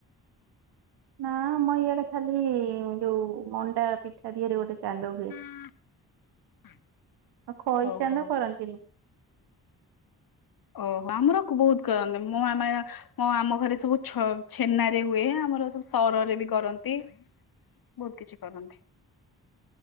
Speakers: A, on the right (about 85°); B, on the left (about 60°).
A: ନା ଆମ ଇଆଡେ ଖାଲି ଯୋଉ ମଣ୍ଡା ପିଠା ଧିଅରେ ଗୋଟେ ଚାନ୍ଦ ହୁଏ।
B: <inaudible>
A: ଆଉ ଖଇ
B: ଓହୋ
A: ଚାନ୍ଦ କରନ୍ତିନି
B: ଓହୋ ଆମର ବହୁତ କରନ୍ତି ମୁଁ ଆମେ ମୋ ଆମ ଘରେ ସବୁ ଛ ଛେନାରେ ହୁଏ। ଆମର ସବୁ ସରରେ ବି କରନ୍ତି ବହୁତ କିଛି କରନ୍ତି।